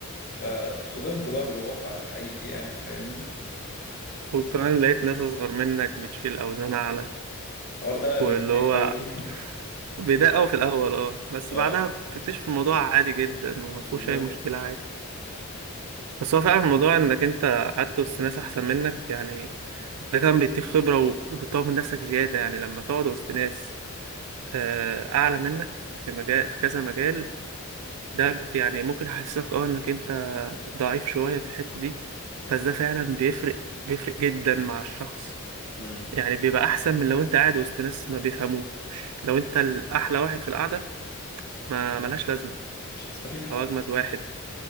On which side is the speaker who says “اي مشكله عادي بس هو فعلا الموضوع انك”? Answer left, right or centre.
Right